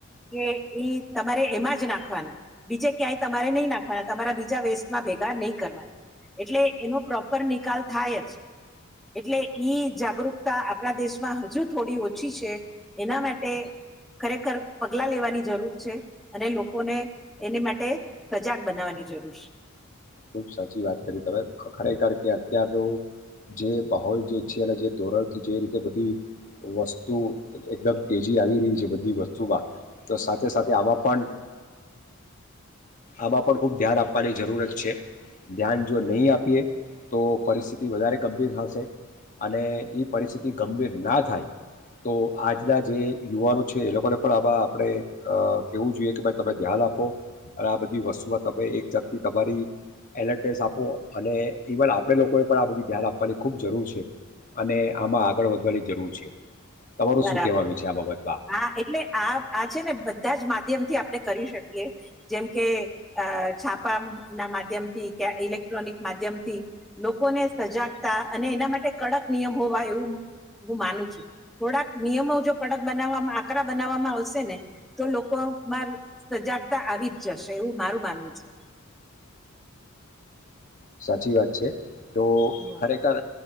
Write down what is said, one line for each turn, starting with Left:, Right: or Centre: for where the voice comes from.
Centre: કે ઈ તમારે એમાં જ નાખવાના બીજે ક્યાંય તમારે નહી નાખવાના તમારા બીજા વેસ્ટમાં ભેગા નહીં કરવાના એટલે એનો પ્રોપર નિકાલ થાય જ એટલે ઈ જાગૃત <unintelligible> આપણા દેશમાં હજુ થોડી ઓછી છે, એના માટે ખરેખર પગલા લેવાની જરૂર છે, અને લોકોને એને માટે સજાગ બનાવવાની જરૂર છે.
Left: ખુબ સાચી વાત કરી તમે ખરેખર કે અત્યારનો જે માહોલ જે છે, જે ધોરણથી જે રીતે બધી વસ્તુ એકદમ તેજી આવી રહી છે, બધી વસ્તુમાં. તો સાથે સાથે આમાં પણ આમાં પણ ખૂબ ધ્યાન આપવાની જરૂરત છે, ધ્યાન જો નહી આપીએ. તો પરિસ્થિતિ વધારે ગંભીર થ અને એ પરિસ્થિતિ ગંભીર ના થાય તો આજના જે યુવાનો છે, એ લોકોને પણ આ આપણે કેવું જોઈએ કે ભાઈ તમે ધ્યાન આપો. અને આ બધી વસ્તુઓ તમે એક જાતની તમારી <unintelligible> આપો અને ઇવન આપણે લોકોએ પણ આ બધી ધ્યાન આપવાની ખૂબ જરૂર છે, અને આમાં આગળ વધવાની જરૂર છે. તમારું
Centre: બરાબર
Left: શું કહેવાનું છે આ બાબતમાં
Centre: હા એટલે આ આ છે, ને બધા જ મા માધ્યમથી આપણે કરી શકીએ જેમ કે અ છાપા ના માધ્યમ થી કે ઇલેક્ટ્રોનિક માધ્યમથી લોકોને સજાગતા અને એના માટે કડક નિયમ હોવા એવું હું માનું છું. થોડાક નિયમો જો કડક બનાવવામાં આકરા બનાવવામાં આવશે ને તો લોકોમાં સજાગતા આવી જ જશે એવું મારું માનવું છે.
Left: સાચી વાત છે. તો
Centre: હમ
Left: ખરેખર